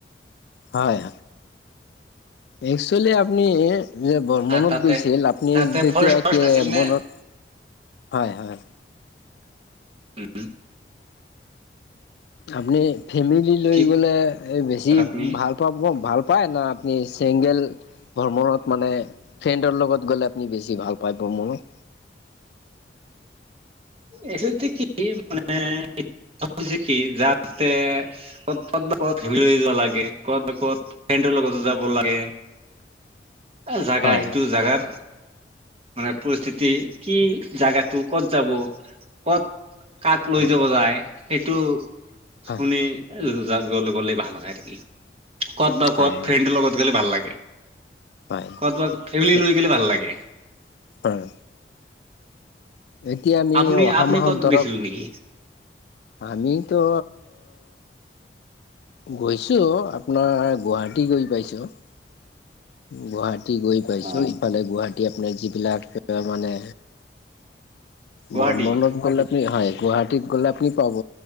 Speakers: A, on the left (about 65°); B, on the right (about 35°).
A: হয় একচেলি আ আপুনি যে ভ্ৰমণত
B: আৰু তাতে
A: গৈছিল আপুনি
B: তাতে
A: যেতিয়া
B: ফৰেষ্ট ফৰেষ্ট
A: কি
B: আছিল
A: মনত
B: নে
A: হয় হয়
B: উম
A: আপুনি ফেমিলি লৈ
B: কি
A: গ'লে বেছি
B: আপুনি
A: ভাল পাব ভাল পায় না আপুনি চেংগ গেল ভ্ৰমনত মানে ফ্ৰেণ্ডৰ লগত গলে আপুনি বেছি ভাল পায় ভ্ৰমণত
B: এটোতে কি মানে হৈছে কি যাতে ক'ত ক'ত <unintelligible> লৈ যোৱা নালাগে ক'ত ক'ত ফ্ৰেণ্ডৰ লগতো যাব লাগে।
A: <inaudible>
B: এ জাগা
A: হয়
B: সেইটো
A: হয়
B: জাগাত মানে পৰিস্থিতি কি জাগাটো ক'ত যাব ক'ত কাক লৈ
A: হয়
B: যাব যায় সেইটো
A: হয়
B: শুনি লৈ গ'লে ভাল নে থাকি ক'ত বা
A: হয়
B: ক'ত ফ্ৰেণ্ডৰ লগত গ'লে ভাল লাগে
A: হয়
B: কৰবাত ফেমিলি
A: হয়
B: লৈ গলে ভাল লাগে।
A: হয় এতিয়া আমি
B: আপুনি
A: অহা
B: আপুনি
A: মাহত
B: ক'ত
A: ধৰক
B: গৈছিলে নেকি
A: আমিতো গৈছোঁ আপোনাৰ গুৱাহাটী গৈ পাইছোঁ। গুৱাহাটী গৈ পাইছো
B: অ
A: ইফালে গুৱাহাটী আপোনাৰ যিবিলাক মানে
B: গুৱাহাটী
A: ভ্ৰমণ গলে আপুনি হয় গুৱাহাটীত গ'লে আপুনি পাব